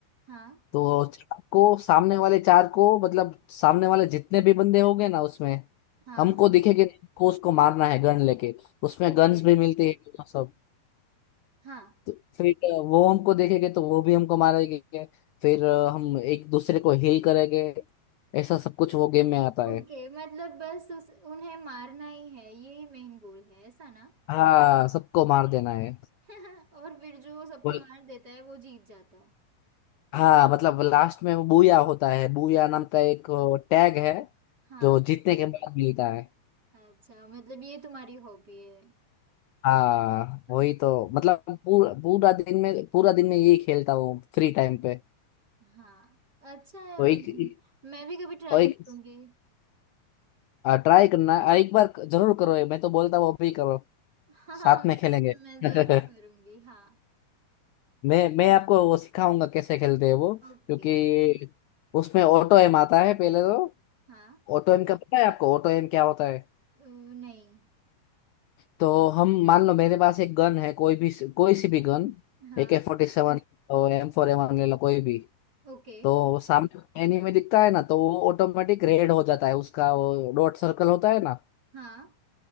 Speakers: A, on the right; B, on the left.
A: हाँ
B: तो चार को सामने वाले चार को मतलब सामने वाले जितने भी बंदे होंगे ना उसमें
A: हाँ
B: हमको दिखेंगे नहीं, हमको उसको मारना है गन लेके उसमें
A: ओके
B: गन्स भी मिलती है तो सब
A: हाँ
B: तो फिर अ, वो हमको देखेंगे तो वो भी हमको मारेंगे फिर अ, हम एक दूसरे को हील करेंगे ऐसा सब कुछ वो गेम में आता
A: ओके
B: है
A: मतलब बस उस उन्हें मारना ही है यही मेन गोल है ऐसा ना
B: हाँ सबको मार देना है
A: <laughs> और फिर जो सबको
B: वो-
A: मार देता है वो जीत जाता है
B: हाँ मतलब लास्ट में वो बूया होता है बूया
A: अच्छा
B: नाम का एक टैग है
A: हाँ
B: जो जीतने के बाद मिलता है
A: अच्छा मतलब ये तुम्हारी हॉबी है
B: हाँ
A: हाँ।
B: वही तो मतलब पूरा पूरा दिन में पूरा दिन में यही खेलता हूँ फ्री टाइम पे
A: हाँ अच्छा है
B: तो
A: म-
B: एक, एक
A: मैं भी कभी ट्राई
B: और एक
A: करूंगी
B: ट्राई करना आ, एक बार जरूर करो ये मैं तो बोलता हूँ अभी करो
A: <laughs> हाँ
B: साथ
A: मैं,
B: में खेलेंगे
A: मैं जरूर
B: <laughs>
A: करूंगी हाँ
B: मैं मैं आपको वो सिखाऊंगा कैसे खेलते हैं वो
A: ओके
B: क्योंकि उसमें ऑटो एम आता है पहले तो
A: हाँ
B: ऑटो एम का पता है आपको ऑटो एम क्या होता है
A: अ, नहीं
B: तो हम मान लो मेरे पास एक गन है कोई भी कोई सी भी gun
A: हाँ
B: A K forty seven M four M ले लो कोई भी
A: ओके
B: तो वो सामने एनीमे दिखता है ना तो वो ऑटोमेटिक रेड हो जाता है उसका वो डॉट सर्कल होता है ना
A: हाँ